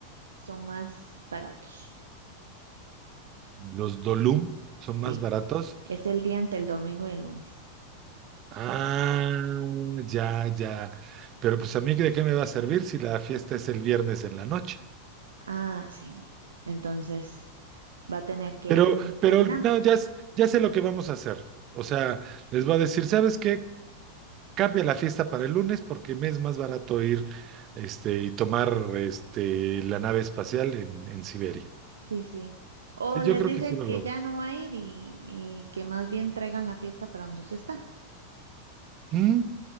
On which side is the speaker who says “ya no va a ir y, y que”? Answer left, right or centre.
Right